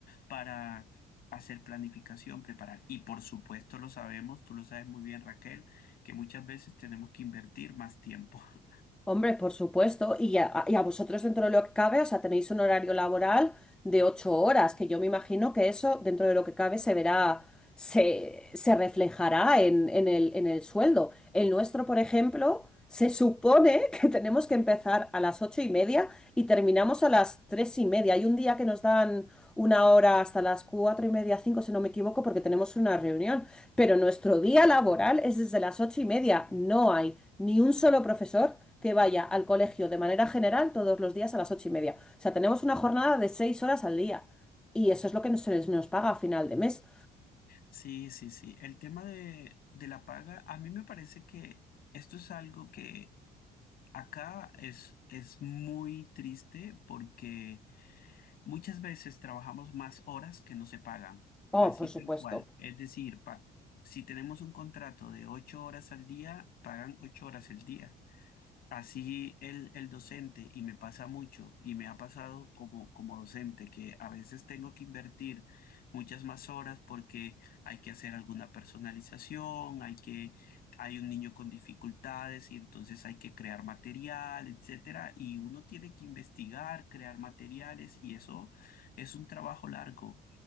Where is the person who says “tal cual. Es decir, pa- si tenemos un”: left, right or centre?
Left